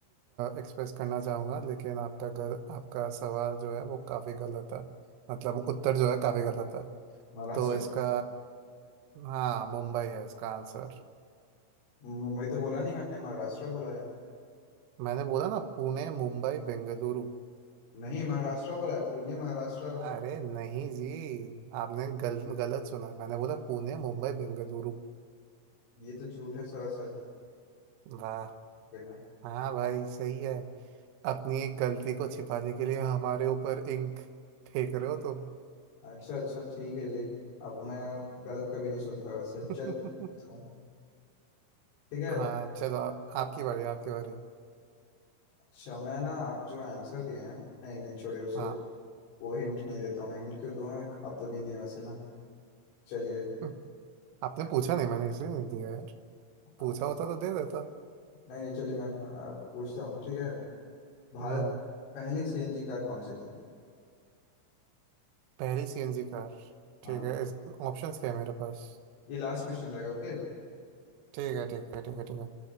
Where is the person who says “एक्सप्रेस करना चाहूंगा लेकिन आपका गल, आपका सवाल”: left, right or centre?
Right